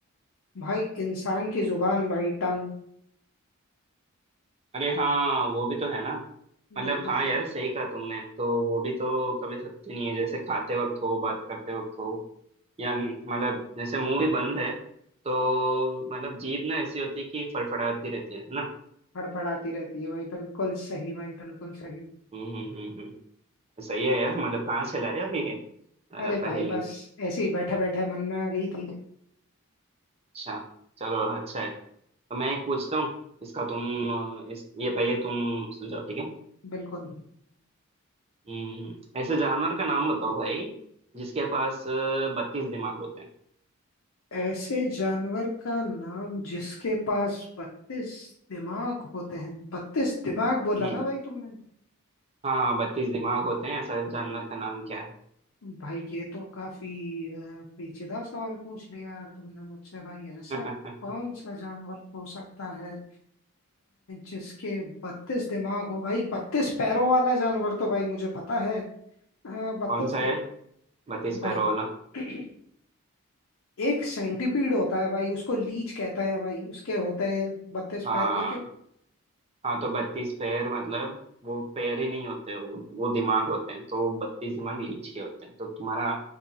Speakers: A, on the left (about 60°); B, on the right (about 25°).
A: भाई इंसान की जुबान भाई टंग
B: अरे हाँ वो भी तो है ना मतलब
A: बिल्कुल
B: हाँ
A: बिल्कुल
B: यार सही कहा तुमने तो वो भी तो कभी थकती नहीं है जैसे खाते वक्त हो बात करते वक्त हो या मतलब जैसे मुंह भी बंद है तो मतलब जीभ ना ऐसी होती है कि फड़फड़ाती रहती है है ना
A: फड़फड़ाती रहती है भाई बिल्कुल सही भाई बिल्कुल सही
B: हम्म हम्म हम्म हम्म। तो सही है यार मतलब कहाँ से लाया ये अ,
A: अरे
B: पहेली
A: भाई बस ऐसे ही बैठे बैठे मन में आ गई थी
B: अच्छा चलो अच्छा है तो मैं एक पूछता हूँ इसका तुम अ, इस ये पहले तुम सुलझाओ ठीक है
A: बिल्कुल
B: हम्म ऐसे जानवर का नाम बताओ भाई जिसके पास बत्तीस दिमाग होते हैं
A: ऐसे जानवर का नाम जिसके पास बत्तीस दिमाग होते हैं बत्तीस दिमाग बोला
B: हम्म
A: ना भाई तुमने
B: हाँ बत्तीस दिमाग होते हैं ऐसा जानवर का नाम क्या है
A: भाई ये तो काफी अ, पेचीदा सवाल पूछ लिया यार तुमने मुझसे भाई ऐसा
B: <laughs>
A: कौन सा जानवर हो सकता है अ, जिसके बत्तीस दिमाग हो भाई बत्तीस पैरों वाला जानवर तो भाई मुझे पता है बत्तीस
B: कौन सा है
A: दिन
B: बत्तीस पैरों
A: भाई
B: वाला
A: <clears throat> एक सेंटीपीड होता है भाई उसको लीच कहते हैं भाई उसके होते हैं बत्तीस
B: हाँ
A: पैर लेकिन
B: हाँ तो बत्तीस पैर मतलब वो पैर ही नहीं होते वो वो दिमाग होते हैं तो बत्तीस दिमाग लीच के होते हैं तो तुम्हारा